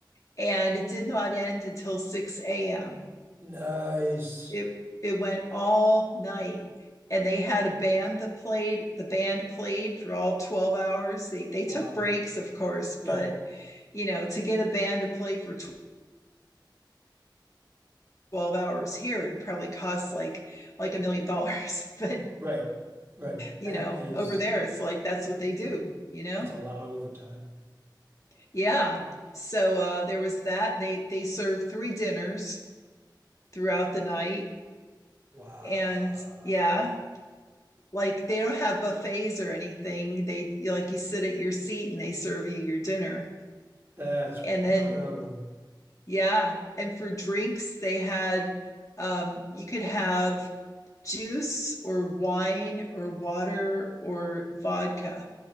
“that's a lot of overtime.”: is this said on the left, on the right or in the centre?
Right